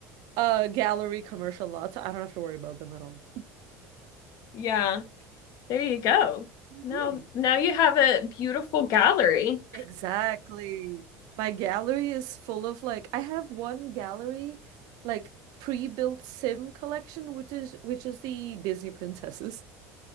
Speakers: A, on the right; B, on the left.
A: uh gallery commercial lots. I don't have to worry about them at all.
B: Yeah. There you go.
A: Mhm.
B: Now, now you have a beautiful gallery.
A: Exactly. My gallery is full of like I have one gallery like pre-built Sim collection, which is which is the Disney princesses.